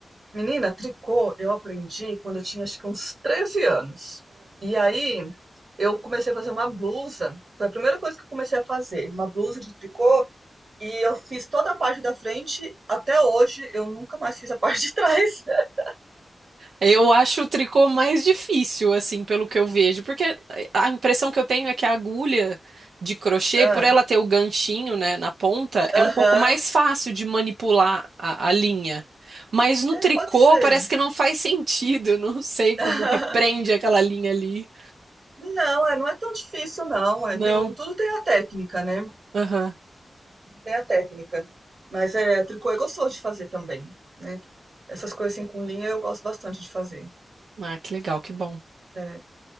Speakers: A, on the right (about 55°); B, on the right (about 80°).
A: Menina, tricô eu aprendi quando eu tinha acho que uns 13 anos. E aí eu comecei a fazer uma blusa. Foi a primeira coisa que eu comecei a fazer, uma blusa de tricô. E eu fiz toda a parte da frente. Até hoje eu nunca mais fiz a <laughs> parte de trás. <laughs>
B: Eu acho o tricô mais difícil, assim, pelo que eu vejo, porque a impressão que eu tenho é que a agulha de crochê,
A: Ah,
B: por ela ter o ganchinho, né, na ponta, é
A: Aham,
B: um pouco mais fácil de manipular a, a linha. Mas no
A: É,
B: tricô
A: pode ser.
B: parece que não faz sentido, <laughs> eu não sei
A: <laughs>
B: como que prende aquela linha ali.
A: Não, é, não é tão difícil, não. É,
B: Não.
A: tem, tudo tem a técnica, né?
B: Aham.
A: Tem a técnica. Mas é, tricô é gostoso de fazer também, né? Essas coisas assim com linha eu gosto bastante de fazer.
B: Ah, que legal, que bom.
A: É.